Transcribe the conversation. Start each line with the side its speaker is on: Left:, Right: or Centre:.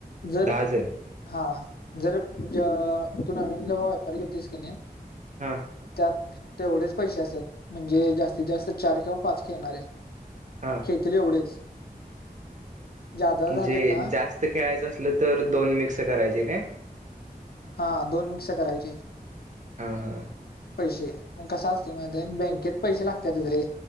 Left: जर
Right: दहा जण
Left: हा जर अ तू नवीन जेव्हा व्यापारी घेतोस की नाही
Right: हा
Left: त्यात तेवढेच पैसे असात म्हणजे जास्तीत जास्त चार किंवा पाच खेळणारे.
Right: हा
Left: खेळतील एवढेच. जादा झालेत
Right: जे
Left: ना
Right: जास्त खेळायचं असलं तर दोन मिक्स करायचे काय?
Left: हा दोन मिक्स करायची.
Right: हा हा.
Left: पैसे कस असतय माहित हाय बँकेत पैसे लागत्यातच रे.